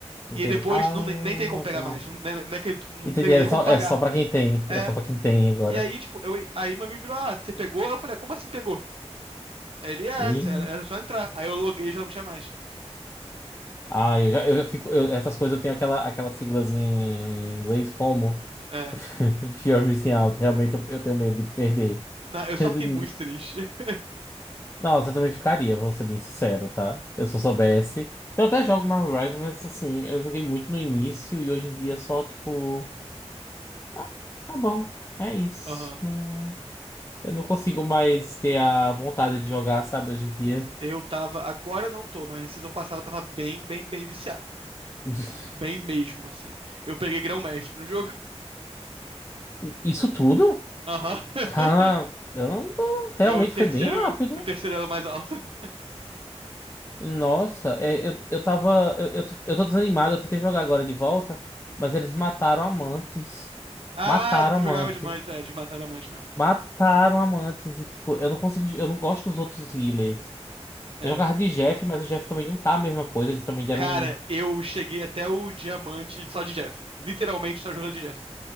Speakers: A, on the left; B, on the right.
A: Entendi.
B: E aí depois
A: Ah,
B: não, nem, nem tem como pegar
A: tá.
B: mais. Não, né, né, que não
A: Entendi,
B: tem nem
A: é só,
B: como pagar.
A: é só pra quem tem.
B: É.
A: É só pra quem tem agora.
B: E aí, tipo, eu, aí meu amigo virou, ah, você pegou? Eu falei, "Ah, como assim pegou? Aí Ele, é,
A: Ih.
B: essa, era, era só entrar. Aí eu loguei e já não tinha mais.
A: Ah, eu já, eu já fico... eu- essas coisas eu tenho aquela, aquela siglazinha em inglês, FOMO.
B: É.
A: <laughs> Fear missing out, realmente eu, eu tenho medo de perder.
B: Não, eu
A: <laughs>
B: só fiquei muito triste. <laughs>
A: Nossa, eu também ficaria, vou ser bem sincero, tá? Eu se eu soubesse. Eu até jogo Marvel Rivals, mas assim, eu joguei muito no início e hoje em dia é só, tipo, ah, tá bom, é isso.
B: Aham.
A: Não, eu não consigo mais ter a vontade de jogar, sabe, hoje em dia.
B: Eu tava, agora eu não tô, mas na season passada eu tava bem, bem, bem viciado.
A: <laughs>
B: Tipo, bem mesmo, assim. Eu peguei grão-mestre no jogo.
A: Isso tudo?
B: Aham. <laughs>
A: Caramba, realmente
B: É o terceiro,
A: foi bem rápido.
B: o terceiro elo mais alto. <laughs>
A: Nossa, é, eu, eu tava. Eu, eu, tô eu tô desanimado, eu tentei jogar agora de volta, mas eles mataram amantes.
B: Ah,
A: Mataram
B: tu
A: amantes.
B: jogava de diamante, é, eles mataram diamante mesmo.
A: Mataram amantes. E, tipo, eu não consigo. Eu não gosto dos outros healers.
B: É.
A: Eu jogava de Jeff, mas o Jeff também não tá a mesma coisa. Eles também deram
B: Cara,
A: um.
B: eu cheguei até o diamante só de Jeff. Literalmente só jogando de Jeff.